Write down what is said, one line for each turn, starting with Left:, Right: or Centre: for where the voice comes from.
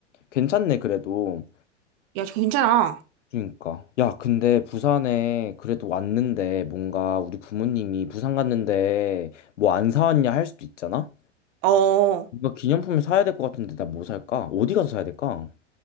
Left: 괜찮네 그래도.
Right: 야, 저 괜찮아.
Left: 그러니까. 야, 근데 부산에 그래도 왔는데 뭔가 우리 부모님이 부산 갔는데 뭐 안 사왔냐 할 수도 있잖아?
Right: 어,
Left: 뭔가 기념품을 사야 될 것 같은데 나 뭐 살까? 어디 가서 사야 될까?